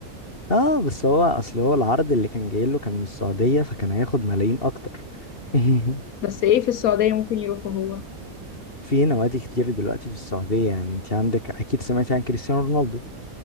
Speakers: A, on the left; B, on the left.
A: اه بس هو اصل هو العرض اللي كان جاي له كان من السعودية فكان هياخد ملايين اكتر <laughs>
B: بس ايه في السعودية ممكن يروحوا هو
A: في نوادي كتير دلوقتي في السعودية يعني انت عندك اكيد سمعتي عن كريستيانو رونالدو